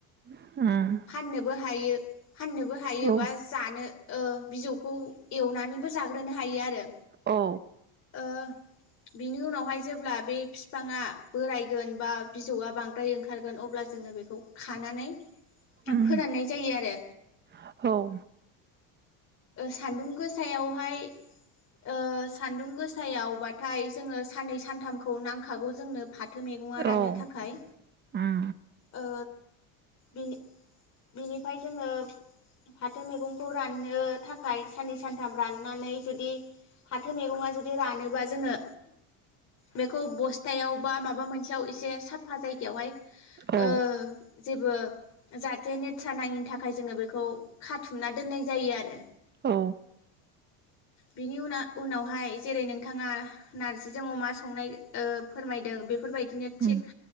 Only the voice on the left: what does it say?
फाननोबो हायो। फाननोबो हायो
बा जानो ओ बिजौखौ एवनानैबो जाग्रोनो हायो आरो।
ओ बिनि उनावहाय जेब्ला बे बिफांङा बोरायगोन बा बिजौआ बांद्राय ओंखारगोन अब्ला जोंङो बे खौ खानानै
फोराननाय जायो आरो
सान्दुं गोसायावहाय ओ सान्दुं गोसायावबाथाय जोंङो साननै सानथामखौ नांखागौ जोंनो। फाथो मेगंङा राननो
थाखाय
ओ बिनि बिनिफ्राय जोंङो फाथो मैगंखौ राननो थाखाय सानै सनथाम जुदि फाथो मेगंआ जुदि रानोबा जोंङो बेखौ बथायावा माबा मोनसे से साफा जायगाआव
ओ जेबो जाथे नेथ्रा नाङि थाखाय जोंङों बे खौ खाथुमना दोननाय जायो। आरो
बिनि उना उनावहाय जेरै नोंथांङा नारजिजों अमा संनाय ओ फोरमायदों बे बेफोर बायदिनो
थिग